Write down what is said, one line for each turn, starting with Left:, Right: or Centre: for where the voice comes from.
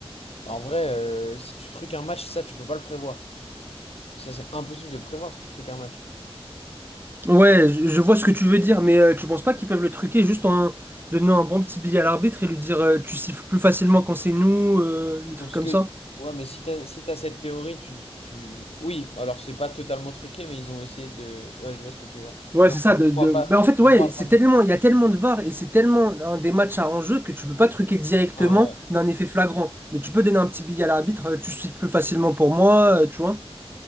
Left: bah, en vrai, euh, si tu truques un match, ça, tu peux pas le prévoir. Ça, c'est impossible de le prévoir si tu truques un match.
Right: Ouais, je, je vois ce que tu veux dire, mais euh, tu penses pas qu'ils peuvent le truquer juste en donnant un bon petit billet à l'arbitre et lui dire euh, tu siffles plus facilement quand c'est nous, euh, des trucs
Left: Donc, ce
Right: comme
Left: que...
Right: ça?
Left: Ouais, mais si t'as, si t'as cette théorie, tu, tu... Oui, alors c'est pas totalement truqué, mais ils ont essayé de... Ouais, je vois ce que tu veux dire.
Right: Ouais,
Left: Non,
Right: c'est ça.
Left: pour
Right: De, de-
Left: moi, pas...
Right: bah, en fait,
Left: Pour
Right: ouais,
Left: moi,
Right: c'est
Left: pas...
Right: tellement, il y a tellement de VAR et c'est tellement un des matchs à enjeu que tu peux pas truquer directement
Left: Ah, ouais.
Right: d'un effet flagrant. Mais tu peux donner un petit billet à l'arbitre, euh, tu siffles plus facilement pour moi, euh, tu vois.